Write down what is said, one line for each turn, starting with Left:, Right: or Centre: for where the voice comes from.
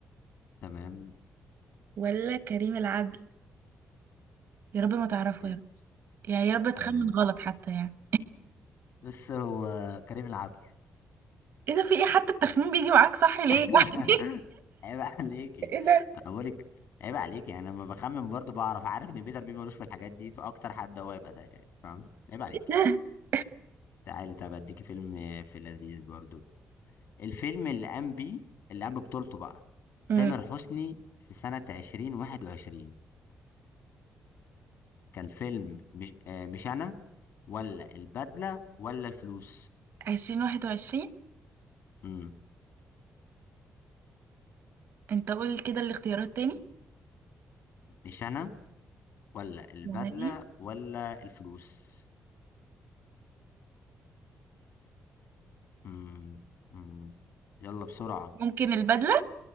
Left: تمام
Right: ولا كريم العدل يا رب ما تعرفه
Left: بيت
Right: يا رب يعني يا رب تخمن
Left: آه.
Right: غلط حتى يعني
Left: بس هو كريم العدل
Right: ايه ده في ايه حتى التخمين بيجي معاك صح ليه
Left: <laughs>
Right: يعني
Left: عيب عليكي
Right: <laughs> ايه ده
Left: انا بقولك عيب عليكي يعني لما بخمن برضو بعرف عارف ان بيتر بيبي ملوش في الحاجات دي فاكتر حد هو يبقى ده يعني فاهم عيب عليكي
Right: <laughs>
Left: تعالي طب اديكي فيلم في لذيذ برضو الفيلم اللي قام بيه اللي قام ببطولته بقى
Right: امم
Left: تامر حسني في سنة 2021 كان فيلم مش آه مش انا ولا البدلة ولا الفلوس
Right: 2021
Left: امم
Right: انت قول كده الاختيارات تاني
Left: مش انا ولا البدلة
Right: معايا
Left: ولا الفلوس امم امم يلا بسرعة
Right: ممكن البدلة